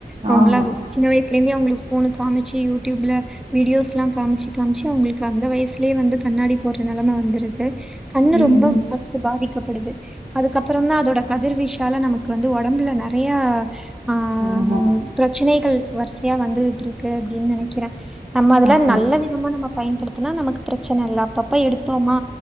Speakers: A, in the centre; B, on the right (about 40°).
A: அவங்களா
B: ஆமா
A: அது சின்ன வயசுல இருந்தே அவங்களுக் ஃபோன காமிச்சு யூடியூபில்ல வீடியோஸ்லா காமிச்சு காமிச்சு அவங்களுக்கு அந்த வயசுலயே வந்து கண்ணாடி போடுற நெலம வந்துருது கண்ணு
B: ம்
A: ரொம்ப <unintelligible> பாதிக்கப்படுது அதுக்கப்புறந்தா அதோட கதிர்வீச்சால நமக்கு வந்து ஒடம்புல நெறையா ஆ
B: ஆமா
A: பிரச்சனைகள் வரிசையா வந்துட்ருக்கு அப்டின்னு நனைக்கிறே நம்ம அதுல
B: ஆமா
A: நல்ல விதமா நம்ம பயன்படுத்தனா நமக்கு பிரச்சன இல்ல அப்பப்ப எடுத்தோமா